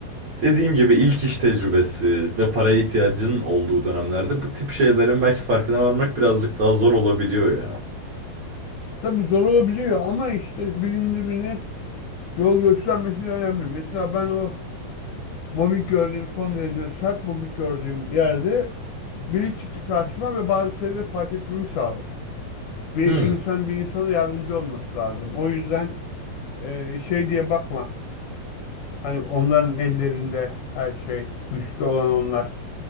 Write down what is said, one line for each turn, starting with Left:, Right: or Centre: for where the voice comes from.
Right: Dediğim gibi ilk iş tecrübesi ve paraya ihtiyacın olduğu dönemlerde bu tip şeylerin belki farkına varmak birazcık daha zor olabiliyor ya.
Left: Tabii zor olabiliyor ama işte birinin birine yol göstermesi önemli. Mesela ben o mobbing gördüğüm son derece sert mobbing gördüğüm yerde biri çıktı karşıma ve bazı şeyleri fark etmemi sağladı. Bir
Right: Hı,
Left: insan bir insana yardımcı olması lazım. O yüzden e, şey diye bakma. Hani onların ellerinde her şey, güçlü olan onlar